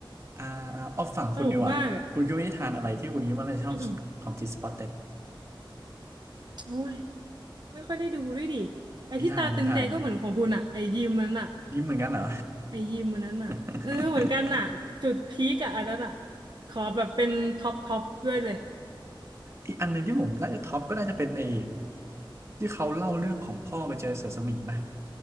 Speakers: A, on the right; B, on the right.
A: อ่าอ่าเอาฝั่งคุณดีกว่าคุณคิดว่านิทานอะไรที่คุณคิดว่าน่าจะชอบสุดของจีสปอ
B: ตลกมากอ่ะ อืมอืม
A: o เต็ด
B: โอ้ยไม่ค่อยได้ดูด้วยดิไอ้ที่ตาตึงใจก็เหมือนของคุณอะไอ้ยิมมันอะ
A: นิทานนิทานยิ้มเหมือนกันเหรอ
B: ไอ้ยิมมันนั้นอะเออเหมือนกันอะจุดพีกอะอันนั้นอะ
A: <laughs>
B: ขอแบบเป็นท็อปท็อปด้วยเลย
A: อีกอันหนึ่งที่ผมน่าจะท็อปก็น่าจะเป็นไอ้ที่เขาเล่าเรื่องของพ่อไปเจอเสือสมิงไหม